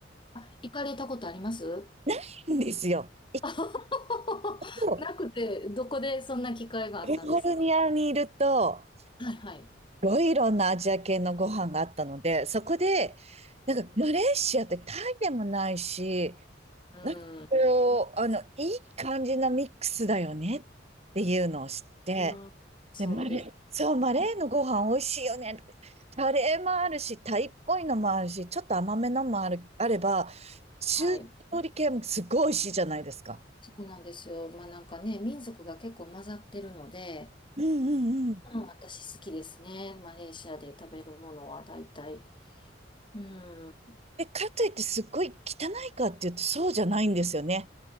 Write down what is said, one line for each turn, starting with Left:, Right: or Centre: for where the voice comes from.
Left: あ、行かれたことあります
Right: ないんですよ。一
Left: <laughs>
Right: 個、
Left: なくて、どこでそんな機会があったんですか
Right: カリフォルニアにいると、
Left: はいはい。
Right: ろいろなアジア系のご飯があったので、そこで、なんかマレーシアってタイでもないし、
Left: うん。
Right: なんかこう、あの、いい感じのミックスだよねっていうのを知って、
Left: うん、そうです
Right: で、マレー、そう、マレーのご飯美味しいよね。
Left: ね。
Right: カレーもあるし、タイっぽいのもあるし、ちょっと甘めのもある、あれば、中料理系もすごい美味しいじゃないですか。
Left: はい。そうなんですよ。まあなんかね、民族が結構混ざってるので、
Right: うんうんうん。
Left: うん、私好きですね。マレーシアで食べるものは大体。うん。
Right: で、かといってすっごい汚いかっていうとそうじゃないんですよね。